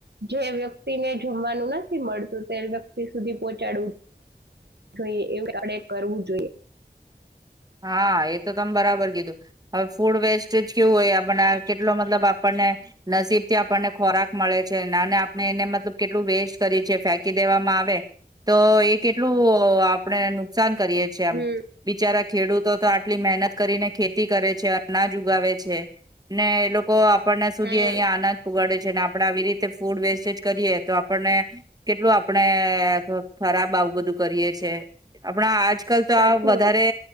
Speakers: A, on the right; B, on the right.
A: જે વ્યક્તિને જમવાનું નથી મળતું તે વ્યક્તિ સુધી પોચાડવું જોઇએ એવુ આપડે કરવું જોઈએ.
B: હા, એ તો તમે બરાબર કીધું. હવે ફૂડ વેસ્ટેજ કેવું હોય એ આપને કેટલો મતલબ આપણને નસીબથી આપણને ખોરાક મળે છે, નાને આપણે એને મતલબ કેટલું વેસ્ટ કરી છે ફેંકી દેવામાં આવે, તો એ કેટલું આપણે નુકસાન કરીએ છીએ આમ,
A: હમ
B: બિચારા ખેડૂતો તો આટલી મેહનત કરીને ખેતી કરે છે અ નાજ ઉગાવે છે, ને એ લોકો આ પળના સુધી
A: હમ
B: અહિયા અનાજ ઉગાડે છે ને આપણે આવી રીતે ફૂડ વેસ્ટેજ કરીએ, તો આપણને કેટલું આપણેે ખરાબ આવું બધું કરીએ છે, આપણા આજ કાલ તો
A: સાચી
B: આ વધારે
A: વાત